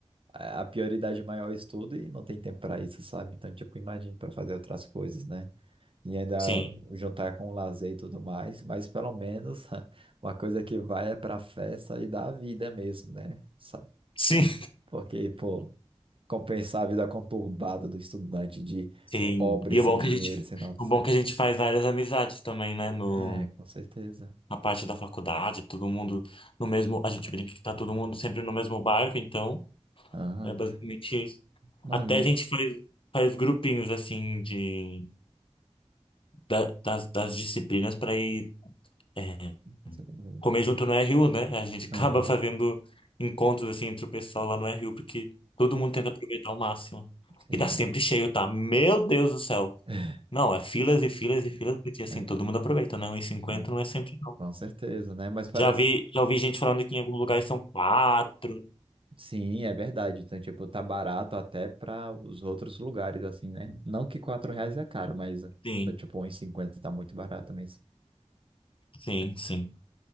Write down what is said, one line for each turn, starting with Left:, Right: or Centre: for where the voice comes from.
Right: a a prioridade maior é o estudo e não tem tempo para isso, sabe? Então, tipo, imagina para fazer outras coisas, né? e ainda
Left: Sim,
Right: juntar com o lazer e tudo mais, mas pelo menos <laughs> uma coisa que vai é pra festa e dá vida mesmo, né? Sa-
Left: sim.
Right: Porque, pô, compensar a vida conturbada do estudante de
Left: Sim.
Right: pobre,
Left: E
Right: sem
Left: o bom
Right: dinheiro,
Left: que a gente,
Right: sem notas.
Left: o bom que a gente faz várias amizades também, né? No,
Right: É, com certeza.
Left: na parte da faculdade, todo mundo no mesmo. A gente brinca que tá todo mundo sempre no mesmo barco, então
Right: Aham.
Left: é basicamente isso.
Right: Mano,
Left: Até a gente faz, faz grupinhos assim de, da- das, das disciplinas para ir é,
Right: não sei como
Left: comer junto no RU, né? A gente <laughs> acaba
Right: é. Aham,
Left: fazendo encontros assim entre o pessoal lá no RU, porque todo mundo tenta aproveitar ao máximo.
Right: sim.
Left: E tá sempre cheio, tá? Meu Deus do céu!
Right: <laughs>
Left: Não, é filas e filas e filas, porque assim,
Right: É,
Left: todo mundo aproveita, né? um e cinquenta
Right: mas-
Left: não é sempre não.
Right: com certeza, né? Mas parece.
Left: Já vi, já ouvi gente falando que em alguns lugares são quatro.
Right: Sim, é verdade. Então, tipo, tá barato até para os outros lugares, assim, né? Não que 4 reais é caro, mas
Left: Sim,
Right: tá, tipo, um e cinquenta tá muito barato mesmo.
Left: sim, sim.